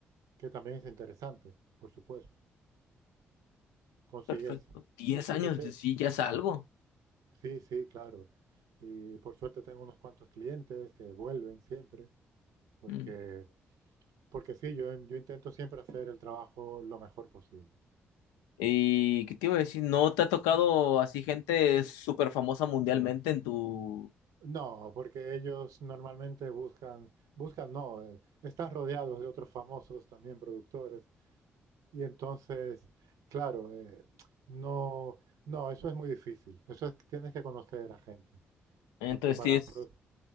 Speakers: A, on the right; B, on the left.
A: que también es interesante, por supuesto. Consigues,
B: Perfecto. diez
A: eh, porque
B: años,
A: te...
B: de- sí, ya es algo.
A: Sí, sí, claro. Y por suerte tengo unos cuantos clientes que vuelven siempre, porque,
B: Mm.
A: porque sí, yo, yo intento siempre hacer el trabajo lo mejor posible.
B: ¿Y
A: Eso no.
B: qué te iba a decir? ¿No te ha tocado así gente súper famosa mundialmente en tu...
A: No, porque ellos normalmente buscan, buscan, no, eh, están rodeados de otros famosos también productores Y entonces, claro, eh, no, no, eso es muy difícil. Eso es, tienes que conocer a gente,
B: Entonces,
A: porque para
B: sí es...
A: pro-